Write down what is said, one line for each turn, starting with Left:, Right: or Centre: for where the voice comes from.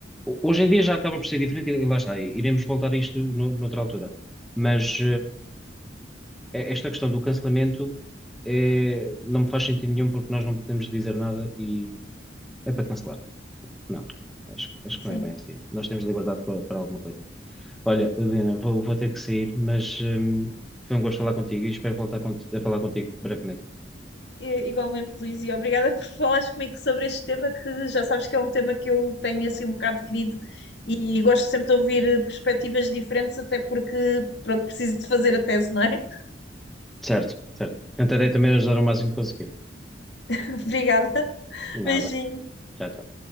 Centre: hoje em dia já acaba por ser diferente e lá está, iremos voltar a isto no, noutra altura. Mas, é- esta questão do cancelamento é, não me faz sentido nenhum porque nós não podemos dizer nada e é para cancelar. Não, acho, acho
Left: Sim.
Centre: que não é bem assim. Nós temos liberdade para, para alguma coisa. Olha, Helena, vou, vou ter que sair, mas hum, foi um gosto falar contigo e espero voltar cont- a falar contigo brevemente.
Left: E- igualmente, Luís, e obrigada por falares comigo sobre este tema, que já sabes que é um tema que eu tenho assim um bocado querido e gosto sempre de ouvir eh, perspectivas diferentes, até porque, pronto, preciso de fazer a tese, não é?
Centre: Certo, certo. Tentarei também ajudar o máximo que conseguir.
Left: <laughs> Obrigada.
Centre: Nada.
Left: Beijinho.
Centre: Tchau, tchau.